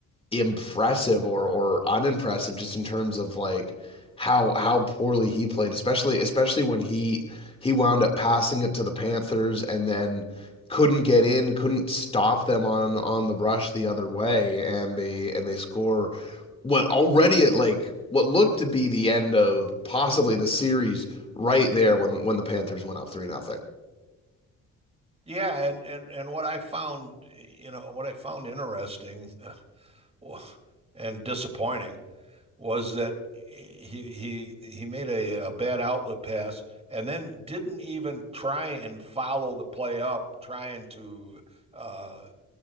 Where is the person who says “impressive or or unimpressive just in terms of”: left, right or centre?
Left